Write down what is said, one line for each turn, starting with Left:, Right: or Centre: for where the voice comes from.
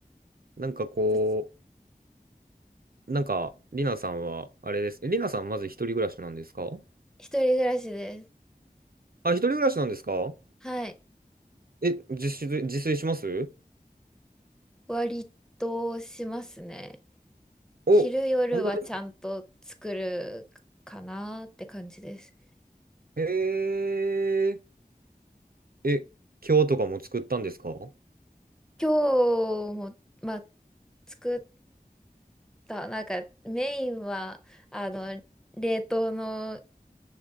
Right: なんかこ
Centre: 私、
Right: う、なんか、りなさんは、あれです。りなさんまず一人暮らしなんですか
Centre: 一人暮らしです。
Right: あ、一人暮らしなんですか
Centre: はい。
Right: え、自炊、自炊します
Centre: 割としますね。
Right: お、
Centre: 昼夜はちゃんと作るかなって感じです。
Right: 本当ですかえー、え、今日とかも作ったんですか
Centre: 今日も、まあ、作っだ、なんかメインは、あの、冷凍の